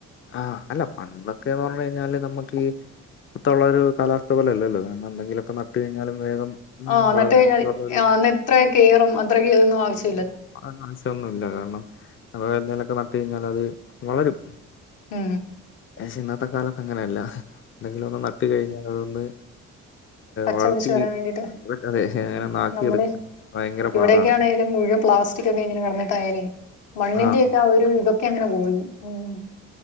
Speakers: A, on the left (about 40°); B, on the left (about 85°).
A: ആാ അല്ല പണ്ടൊക്കെന്ന് പറഞ്ഞ് കഴിഞ്ഞാല് നമ്മക്ക് ഈ ത്താ ഒള്ള ഒര് കാലാവസ്ഥ ഇപ്പോളത്തൊരു കാലാവസ്ഥ പോലെല്ലോ കാരണം എന്തെങ്കിലേക്കെ നട്ട് കഴിഞ്ഞാല് വേഗം
B: ആാഎന്നിട്ട്
A: വളരാനൊക്കെ
B: കഴിഞ്ഞാ
A: ഉള്ളൊരു
B: അന്ന് എത്ര കെയറും അത്രക്കതൊന്നും ആവിശ്യ
A: <unintelligible> ഒന്നും ഇല്ല കാരണം ആ എന്തേലൊക്കെ നട്ട് കഴിഞ്ഞാ അത് വളരും
B: ഉം
A: പശെ ഇന്നത്തെ കാലത്ത് അങ്ങനെയല്ല എന്തെങ്കിലും ഒന്ന് നട്ട് കഴിഞ്ഞാ അതൊന്ന്
B: പച്ചാ
A: വളർത്തി
B: പിടിച്ച് വെരാൻ വേണ്ടിട്ട്
A: അതെ അങ്ങനെ നാക്കിയെടുക്കാൻ
B: നമ്മടെ
A: ഭയങ്കര
B: ഇവടെയൊക്കൊ
A: പാടാണ്
B: ആണെലും മുഴുവൻ പ്ലാസ് ക്കെ ഇങ്ങനെ കെടന്നിട്ട് അയ്നെ മണ്ണിൻ്റെ
A: ആഹ്
B: ഒക്കെ ആ ഒര് ഇതൊക്കെ അങ്ങനെ പോയി ഉം